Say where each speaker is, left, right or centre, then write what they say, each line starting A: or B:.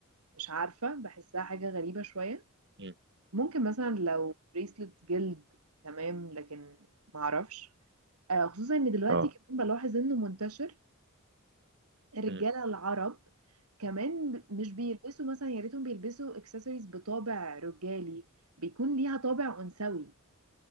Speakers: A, on the right; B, on the right.
A: مش عارفه بحسها حاجه غريبه شويه
B: امم
A: ممكن مثلا لو بريسلتس جلد تمام لكن معرفش آه خصوصا ان دلوقتي
B: اه
A: كمان بلاحظ انه منتشر الرجاله
B: امم
A: العرب كمان ب- مش بيلبسوا مثلا يا ريتهم بيلبسوا اكسسوارز بطابع رجالي بيكون ليها طابع انثوي